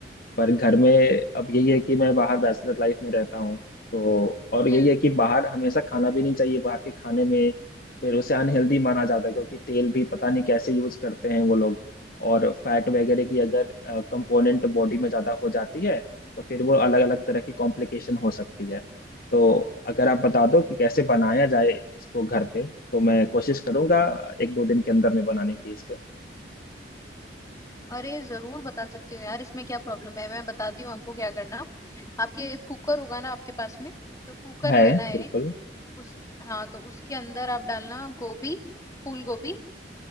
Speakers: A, on the left; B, on the left.
A: पर घर में अब यही है कि मैं बाहर बैचलर लाइफ में रहता हूँ तो और यही
B: हम्म
A: है कि बाहर हमेशा खाना भी नहीं चाहिए बाहर के खाने में फिर उसे अनहेल्दी माना जाता है क्योंकि तेल भी पता नहीं कैसे यूज करते हैं वो लोग और फैट वगैरह की अगर कंपोनेंट बॉडी में ज्यादा हो जाती है तो फिर वो अलग अलग तरह की कॉम्प्लिकेशन हो सकती है तो अगर आप बता दो कि कैसे बनाया जाए इसको घर पे तो मैं कोशिश करूंगा एक दो दिन के अंदर में बनाने की इसके
B: अरे जरूर बता सकती हूँ यार इसमें क्या प्रॉब्लम है मैं बताती हूँ आपको क्या करना आपके कुकर होगा ना आपके पास में तो कुकर
A: है
B: लेना है
A: बिल्कुल
B: एक उसके हाँ तो उसके अंदर आप डालना गोभी फूल गोभी